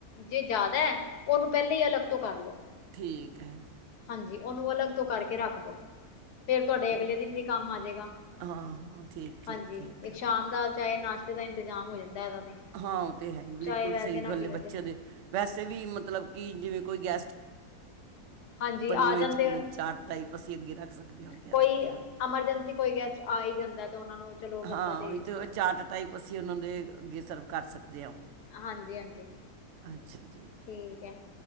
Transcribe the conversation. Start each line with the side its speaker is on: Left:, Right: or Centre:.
Left: ਜੇ ਜ਼ਿਆਦਾ ਹੈ ਉਹਨੂੰ ਪਹਿਲਾਂ ਹੀ ਅਲੱਗ ਤੋਂ ਕਰ ਲਓ
Right: ਠੀਕ ਹੈ
Left: ਹਾਂਜੀ ਉਹਨੂੰ ਅਲੱਗ ਤੋਂ ਕਰਕੇ ਰੱਖ ਦੋ ਫੇਰ ਤੁਹਾਡੇ
Right: ਠੀਕ
Left: ਅਗਲੇ ਦਿਨ ਵੀ ਕੰਮ ਆਜੇਗਾ
Right: ਹਾਂ ਹਾਂ ਠੀਕ ਠੀਕ
Left: ਹਾਂਜੀ
Right: ਠੀਕ
Left: ਇੱਕ ਸ਼ਾਮ ਦਾ ਚਾਹੇ ਨਾਸ਼ਤੇ ਦਾ ਇੰਤਜ਼ਾਮ ਹੋ ਜਾਂਦਾ ਇਹਦਾ ਤੇ
Right: ਹਾਂ ਉਹ ਤਾਂ ਹੈ ਹੀ ਬਿਲਕੁਲ
Left: ਚਾਹੇ ਵੈਸੇ
Right: ਸਹੀ
Left: ਨਾ
Right: ਗੱਲ
Left: ਪੀਓ
Right: ਹੈ ਬੱਚਿਆਂ
Left: ਤੇ
Right: ਦੇ ਵੈਸੇ ਵੀ ਮਤਲਬ ਕਿ ਜਿਵੇਂ ਕੋਈ ਗੈਸਟ
Left: ਹਾਂਜੀ
Right: ਬਣੀ
Left: ਆ
Right: ਹੋਈ
Left: ਜਾਂਦੇ
Right: ਚਾਰ ਟਾਈਪ ਅਸੀਂ ਅੱਗੇ ਰੱਖ ਸਕਦੇ ਹਾਂ ਗੈਸਟ
Left: ਕੋਈ
Right: ਦੇ ਵੀ
Left: ਐਮਰਜੈਂਸੀ ਕੋਈ ਗੈਸਟ ਆ ਹੀ ਜਾਂਦਾ ਤੇ ਉਹਨਾਂ ਨੂੰ ਚਲੋ ਬੰਦਾ
Right: ਹਾਂ
Left: ਦੇ
Right: ਉਹੀ ਤਾਂ
Left: ਦਿੰਦਾ।
Right: ਚਾਰਟ ਟਾਈਪ ਅਸੀਂ ਉਹਨਾਂ ਦੇ ਅੱਗੇ ਸਰਵ ਕਰ ਸਕਦੇ ਹਾਂ
Left: ਹਾਂਜੀ ਹਾਂਜੀ
Right: ਅੱਛਾ ਜੀ
Left: ਠੀਕ ਹੈ